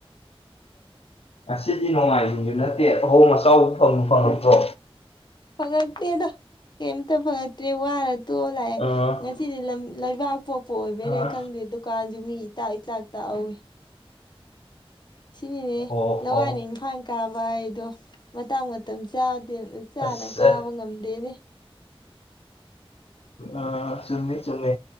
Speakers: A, on the left (about 75°); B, on the left (about 45°).
A: ꯉꯁꯤꯗꯤ ꯅꯣꯡꯃꯥꯏꯖꯤꯡꯁꯨ ꯅꯠꯇꯦ ꯑꯍꯣꯡ ꯑꯆꯥꯎꯕ ꯐꯪ ꯐꯪꯉꯛꯇ꯭ꯔꯣ
B: ꯄꯜꯂꯛꯇꯦꯗ ꯀꯩꯝꯇ ꯄꯜꯂꯛꯇ꯭ꯔꯦ ꯋꯥꯔ ꯇꯣꯛꯑ ꯂꯥꯛꯑꯦ
A: ꯑꯥ
B: ꯁꯤꯗꯤ ꯂꯝ ꯂꯩꯕꯥꯛ ꯄꯣꯛꯄ ꯑꯣꯏꯕꯔꯥ
A: ꯑꯥ
B: ꯈꯪꯗꯦ ꯗꯨꯀꯥꯟꯁꯨ ꯃꯤ ꯏꯇꯥꯛ ꯏꯆꯥꯛ ꯇꯛꯍꯧꯋꯤ ꯁꯤꯅꯤꯅꯦ
A: ꯑꯣ
B: ꯂꯋꯥꯏꯅ
A: ꯑꯣ
B: ꯏꯝꯐꯥꯜ ꯀꯥꯕ ꯍꯥꯏꯗꯣ ꯃꯇꯥꯡ ꯃꯇꯝ ꯆꯥ ꯇꯦꯟ ꯆꯥꯅ
A: ꯑꯁ
B: ꯀꯥꯕ ꯉꯝꯗꯦꯅꯦ
A: ꯑꯥ ꯆꯨꯝꯃꯦ ꯆꯨꯝꯃꯦ